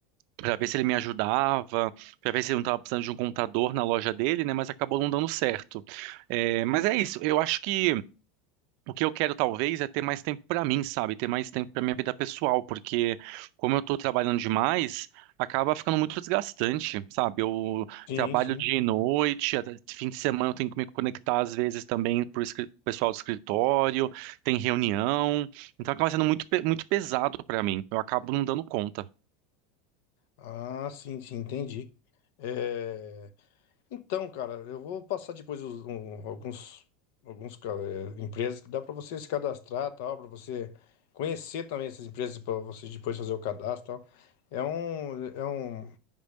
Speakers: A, on the right (about 60°); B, on the left (about 70°).
A: Para ver se ele me ajudava, para ver se ele não estava precisando de um contador na loja dele, né? Mas acabou não dando certo. É, mas é isso. Eu acho que o que eu quero talvez é ter mais tempo pra mim, sabe? Ter mais tempo pra minha vida pessoal, porque como eu tô trabalhando demais, acaba ficando muito desgastante, sabe? Eu
B: sim,
A: trabalho
B: sim.
A: dia e noite, até fim de semana eu tenho que me conectar às vezes também pro escri- pessoal do escritório, tem reunião, então acaba sendo muito, pe- muito pesado pra mim. Eu acabo não dando conta.
B: Ah, sim, sim, entendi. É, Então, cara, eu vou passar depois os- um- alguns, alguns ca- é, empresas que dá para você se cadastrar, tal, para você conhecer também essas empresas para você depois fazer o cadastro, tal. É um, é um,